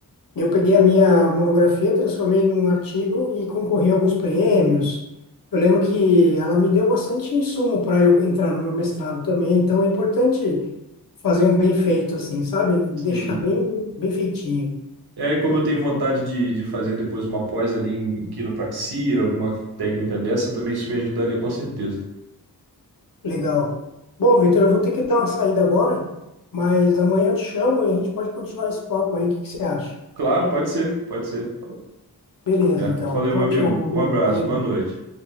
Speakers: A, on the left; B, on the right.
A: Eu peguei a minha monografia, transformei em um artigo e concorri a alguns prêmios. Eu lembro que ela me deu bastante insumo para eu entrar no meu mestrado também, então é importante fazer um bem feito assim, sabe? Deixar
B: Sim.
A: bem, bem feitinho.
B: E aí, como eu tenho vontade de, de fazer depois uma pós ali em, em quiropraxia, alguma técnica dessa, também isso me ajudaria com certeza.
A: Legal. Bom, Vitor, eu vou ter que dar uma saída agora, mas amanhã eu te chamo e a gente pode continuar esse papo aí. O que que você acha?
B: Claro, pode ser, pode ser.
A: Beleza,
B: Tudo certo.
A: então.
B: Valeu,
A: Tchau,
B: meu amigo.
A: tchau, meu amigo.
B: Um abraço,
A: Valeu.
B: boa noite.